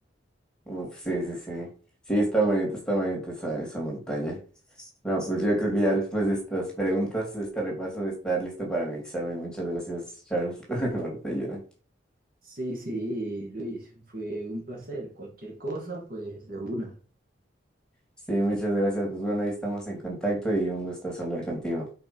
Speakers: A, in the centre; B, on the right.
A: <laughs> Uf, sí, sí, sí. Sí, está bonito, está bonito esa, esa montaña. No, pues yo creo que ya después de estas preguntas, este repaso de estar listo para mi examen. Muchas gracias, Charles, <laughs> por tu ayuda.
B: Sí, sí, Luis, fue un placer. Cualquier cosa, pues de una.
A: Sí, muchas gracias. Pues bueno, ahí estamos en contacto y un gusto hablar contigo.